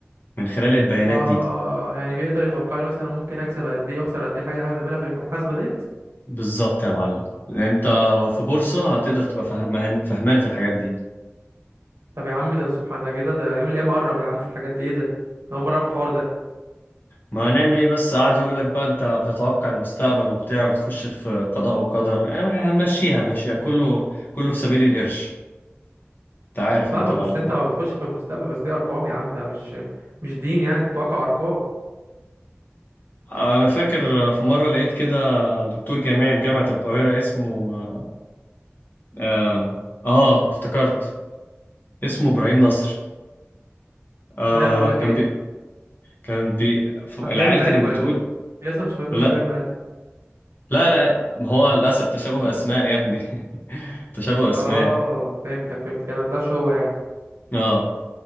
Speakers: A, on the left; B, on the right.
A: من خلال البيانات
B: اه
A: دي
B: يعني بيقدر يتوقع لي مثلا ممكن اكسب قد ايه واخسر قد ايه الحاجه اللي احنا بنعملها في المحاسبه ديت
A: بالظبط يا معلم لان انت لو في بورصة هتقدر تبقى فهمان فهمان في الحاجات دي
B: طب يا عم ده سبحان ده كده ده يوم القيامة قرب يا عم في الحاجات دي ايه ده؟ أنا أول مرة أعرف الحوار ده
A: ما هنعمل ايه بس قاعد يقول لك بقى انت بتتوقع المستقبل وبتاع وبتخش في قضاء وقدر يعني هنمشيها هنمشيها كله كله في سبيل القرش انت عارف
B: فاهمك
A: انت بقى
B: بس
A: ال-
B: أنت ما بتخش في المستقبل بس دي أرقام يا عم ده مش مش دين يعني الواقع أرقام
A: انا فاكر في مرة لقيت كده دكتور جامعي في جامعة القاهرة اسمه آه, آه, اه افتكرت اسمه ابراهيم نصر آه
B: ماله قال لك
A: كان
B: إيه؟
A: بي كان بي ف- العيال
B: كان بيعمل مقالب
A: كانت
B: ولا
A: بتقول
B: مش يا اسطى مش بيعمل
A: لا
B: نظر بيعمل مقالب
A: لا لا ما هو للأسف تشابه أسماء يا ابني <laughs> تشابه أسماء
B: آه فهمتك فهمتك أنا ما طلعش هو يعني
A: اه